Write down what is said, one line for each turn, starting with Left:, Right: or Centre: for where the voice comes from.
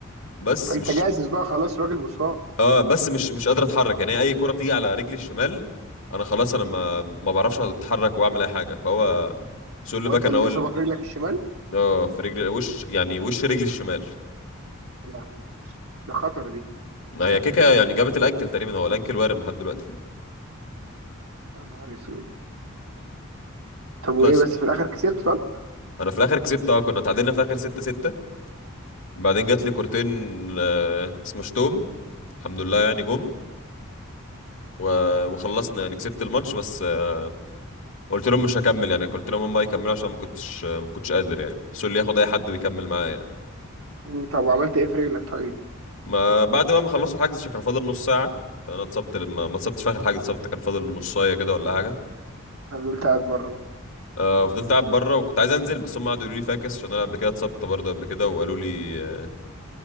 Left: بس
Right: انت
Left: مش
Right: جاهز بقى خلاص راجل وصاب
Left: اه بس مش مش قادر اتحرك يعني اي كرة بتيجي على رجلي الشمال انا خلاص انا ما ما بعرفش اتحرك واعمل اي حاجة فهو سول
Right: هو
Left: باك
Right: انت
Left: انا
Right: الاصابة
Left: هو ال-
Right: في رجلك الشمال؟
Left: اه في رجلي وش يعني وش رجلي الشمال
Right: لا ده خطر دي
Left: هي كيكا يعني جابت الانكل تقريبا هو الانكل وارم لحد دلوقتي
Right: يا نهار اسود طب وايه
Left: بس
Right: بس في الاخر كسبت طب
Left: انا في الاخر كسبت اه كنا تعادلنا في الاخر 6 6 بعدين جات لي كورتين آه اسمه شتوم الحمد لله يعني جم و- وخلصنا يعني كسبت الماتش بس آه، قلت لهم مش هكمل يعني قلت لهم هم يكملوا عشان ما كنتش آه، ما كنتش قادر يعني سول ياخد اي حد ويكمل معايا يعني.
Right: مم، طب وعملت ايه في رجلك طيب
Left: ما بعد بقى ما خلصوا الحجز عشان كان فاضل نص ساعة عشان انا اتصبت لما ما اتصبتش في اخر الحجز اتصبت كان فاضل نصاية كده ولا حاجة
Right: انا قلت قاعد بره بقى
Left: آه فضلت قاعد بره وكنت عايز انزل بس هم قعدوا يقولوا لي فاكس عشان انا قبل كده اتصبت برضه قبل كده وقالوا لي آه،